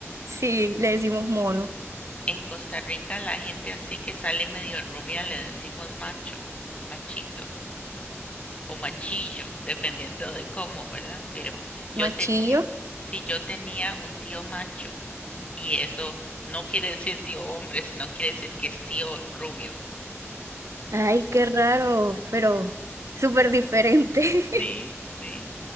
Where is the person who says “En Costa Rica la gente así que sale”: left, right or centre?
Left